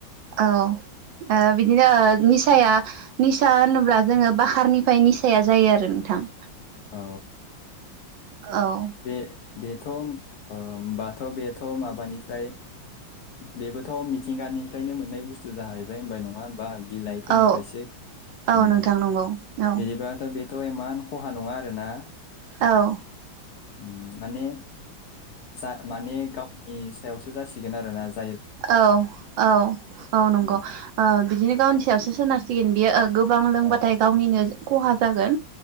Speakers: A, on the right; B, on the left.
A: औ। ओ बिदिनो निसाया निसा होनोब्ला जोङो बखारनिफ्राय निसाया जायो आरो नोंथां
B: औ।
A: औ
B: बे बेथ' ओ होनोमबाथ' बेथ' माबानिफ्राय बेबोथ' मिथिंगानिफ्रायनो मोननाय बुस्थु स्थु जाहैबाय होनबाय नङा होमबा बिलाइफोरनिफ्रायसो
A: औ औ
B: उम
A: नोंथां नंगौ औ
B: जेनेबाथ' बेथ' एमान ख खहा नङा आरोना
A: औ।
B: उम माने जा माने गावनि सा सायावसो जासिगोन आरो ना जा
A: औ औ औ नंगौ
B: उम
A: ओ बिदिनो गावनि सायावसो सोनारसिगोन बेयो ओं। गोबां लोंबाथाय
B: औ
A: गावनिनो खहा जागोन